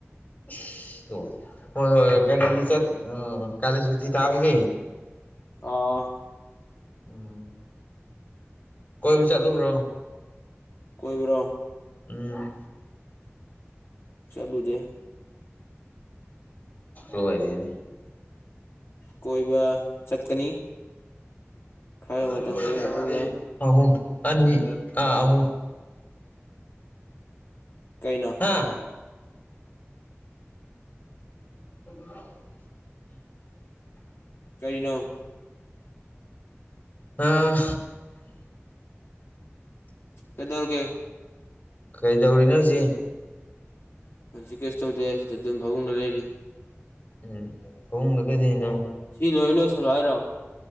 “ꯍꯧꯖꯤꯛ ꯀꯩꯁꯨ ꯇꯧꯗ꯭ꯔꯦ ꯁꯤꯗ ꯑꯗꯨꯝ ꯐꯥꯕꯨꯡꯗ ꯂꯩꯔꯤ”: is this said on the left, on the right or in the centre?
Left